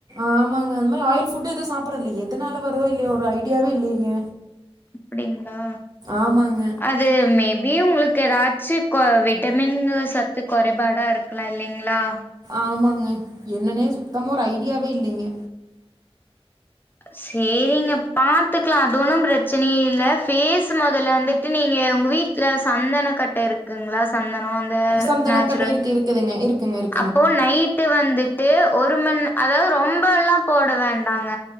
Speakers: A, on the right; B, on the left.
A: ஆமாங்க அந்த மாதிரி ஆயில் ஃபுட் எதுவும் சாப்பிடற இல்ல எதனால வருதோ இல்லைய ஒரு ஐடியாவே இல்லையீங்க
B: அப்படிங்களா
A: ஆமாங்க
B: அ து மேபி உங்களுக்கு ஏதாச்சு விட்டமின் சத்து குறைபாடா இருக் லாம் இல்லைங்களா
A: ஆமாங்க என்னன்னே சுத்தமா ஒரு ஐடியாவே இல்லைங்க
B: சரிங்க பாத்துக்கலா அது ஒன்னும் பிரச்சனையே இல் பேஸ் முதல்ல வந்து நீங்க உங்க வீட்டுல சந்தன கட்ட இருக்குங்களா சந்தனம் அந்த
A: சந்தனக்கட்ட
B: நச்சுரல்
A: இருக்கு இருக்குதுங்க இருக்குங்க இருக்
B: அப்போ நைட்டு வந்துட்டு ஒரு மண் அதாவது ரொம்ப எல்லா போட வேண்டாங்க